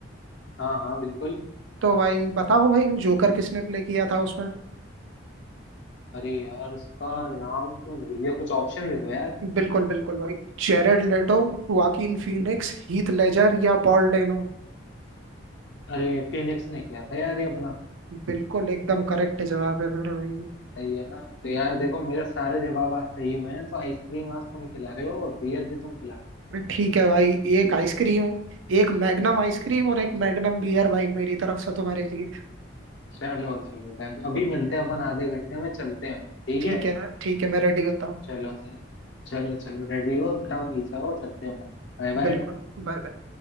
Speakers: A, on the left; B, on the right.
A: हाँ हाँ बिल्कुल
B: तो भाई बताओ भाई जोकर किसने प्ले किया था उसमें
A: अरे यार उसका नाम तो मैं भूल गया कुछ ऑप्शन दे दो यार
B: बिल्कुल बिल्कुल भाई Jared Leto Joaquin Phoenix Heath Ledger या पॉल डेनो
A: अरे फिनिक्स ने किया था यार ये अपना
B: बिल्कुल एकदम करेक्ट जवाब है मेरे भाई ये
A: सही है ना तो यार
B: हम्म।
A: देखो मेरे सारे जवाब आज सही हुए हैं तो आइसक्रीम आज तुम खिला रहे हो और बियर भी तुम खिला रहे हो
B: ठीक है भाई एक आइसक्रीम एक मैग्नम आइसक्रीम और एक मैग्नम बियर भाई मेरी तरफ से तुम्हारे लिए
A: चलो चलो डन अभी
B: <laughs>
A: मिलते हैं अपन आधे घंटे में चलते हैं ठीक
B: ठीक
A: है
B: है ठीक है मैं रेडी होता हूँ
A: चलो चलो चलो चलो रेडी हो फटाफट नीचे आओ चलते हैं अपन Bye bye
B: बिल्कुल बाय बाय।